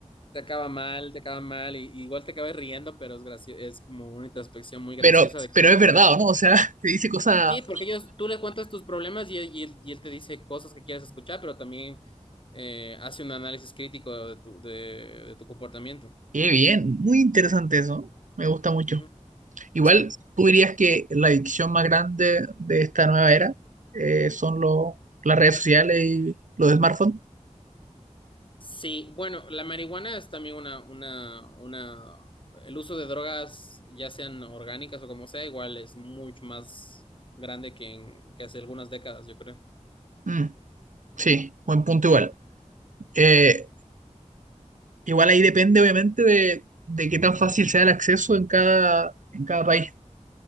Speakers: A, on the left (about 40°); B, on the right (about 85°).
A: te acaba mal, te acaba mal, y, y igual te acabas riendo, pero es gracio- es como una introspección muy graciosa
B: pero,
A: de cómo...
B: pero es verdad, ¿o ¿no? O sea, <laughs> te dice cosas
A: Sí, porque ellos, tú le cuentas tus problemas y, él- y, él- y él te dice cosas que quieres escuchar, pero también eh, hace un análisis crítico de tu, de, de tu comportamiento.
B: Qué bien, muy interesante eso. Me gusta mucho.
A: Ujú.
B: Igual,
A: Sí,
B: ¿tú dirías que la adicción más grande de esta nueva era eh, son lo- las redes sociales y los smartphones?
A: sí, bueno, la marihuana es también una, una, una, el uso de drogas, ya sean orgánicas o como sea, igual es mucho más grande que, en- que hace algunas décadas, yo creo.
B: Mm, sí, buen punto igual. Eh, igual ahí depende obviamente de, de qué tan fácil sea el acceso en cada, en cada país.